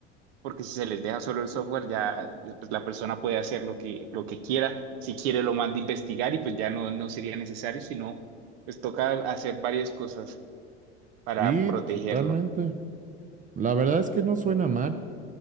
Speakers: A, on the right; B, on the right.
A: porque si se les deja solo el software, ya pues, la persona puede hacer lo que, lo que quiera, si quiere lo manda a investigar y pues ya no, no sería necesario, sino pues toca hacer varias cosas para
B: Sí,
A: protegerlo.
B: totalmente. La verdad es que no suena mal.